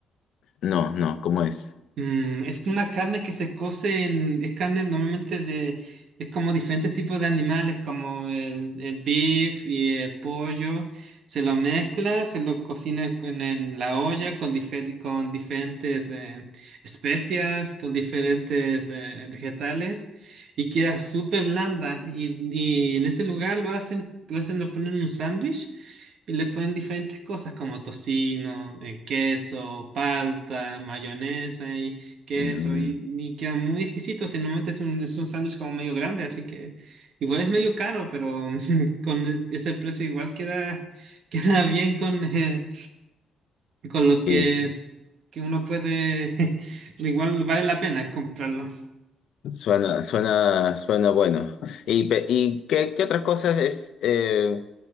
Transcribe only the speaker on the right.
Mm, es una carne que se cose en, es carne normalmente de, es como diferentes tipos de animales, como el, el beef y el pollo, se lo mezcla, se lo cocina con- en la olla con, difer- con diferentes eh, especias, con diferentes eh, vegetales y queda súper blanda y, y en ese lugar lo hacen, lo hacen, lo ponen en un sándwich y le ponen diferentes cosas como tocino, eh, queso, palta, mayonesa y queso.
Y, y queda muy exquisito. Si normalmente es un, es un sándwich como medio grande, así que igual es medio caro, pero <laughs> con es- ese precio igual queda, <laughs> queda bien con, eh, con lo
que,
que uno puede. <laughs> Igual vale la pena comprarlo.